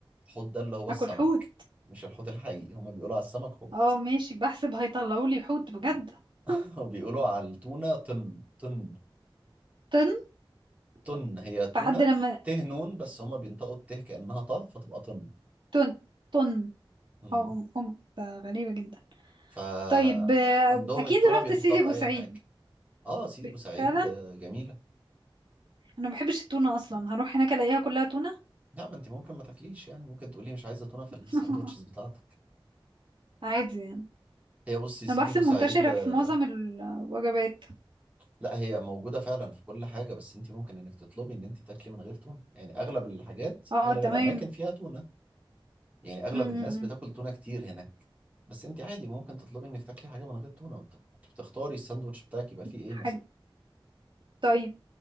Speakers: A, on the right; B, on the right.
A: الحوت ده اللي هو السمك
B: اكل حوت
A: مش الحوت الحقيقي هما بيقولوا على السمك حوت
B: اه ماشي بحسب هيطلعوا لي حوت بجد
A: <laughs>
B: <laughs>
A: وبيقولوا على التونة طن طن
B: طن
A: طن هي تونة
B: فحد لما
A: ته نون بس هما بينطقوا الته كأنها طه فتبقى طن
B: طن طن
A: مم.
B: اه ام ام ده غريبة جدا
A: فعندهم
B: طيب آه، اكيد
A: التونة
B: رحت
A: بيحطها
B: سيدي
A: في
B: ابو
A: أي
B: سعيد
A: حاجة اه سيدي
B: ب-
A: بوسعيد
B: فعلا
A: آه، جميلة
B: انا ما بحبش التونة اصلا هروح هناك الاقيها كلها تونة
A: لا ما انت ممكن ما تاكليش يعني ممكن تقولي مش عايزه تونه في
B: <laughs>
A: الساندوتشز بتاعتك
B: عادي يعني
A: هي بصي يا
B: انا
A: سيدي
B: بحسب
A: بورسعيد
B: منتشرة
A: آه،
B: في معظم الوجبات
A: لا هي موجوده فعلا في كل حاجه بس انت ممكن انك تطلبي ان انت تاكلي من غير تونه يعني اغلب الحاجات
B: اه
A: اغلب
B: تمام
A: الاماكن فيها تونه يعني اغلب
B: امم
A: الناس بتاكل تونه كتير هناك بس انت عادي ممكن تطلبي انك تاكلي حاجه من غير تونه وت- تختاري الساندوتش بتاعك يبقى فيه ايه
B: حلو
A: مثلا
B: طيب